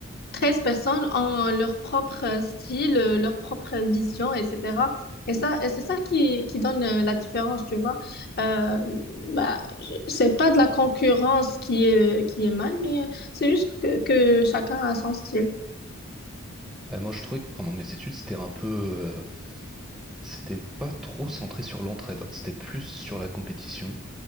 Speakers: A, on the left (about 45°); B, in the centre.
A: treize personnes ont leur propre style, euh, leur propre vision, etc. Et ça, et c'est ça qui, qui donne euh, la différence, tu vois. Euh, bah, je- c'est pas de la concurrence qui est, qui est mal, mais euh, c'est juste que que chacun a son style.
B: Ouais, moi, je trouvais que pendant mes études, c'était un peu... euh, c'était pas trop centré sur l'entraide, hein. C'était plus sur la compétition.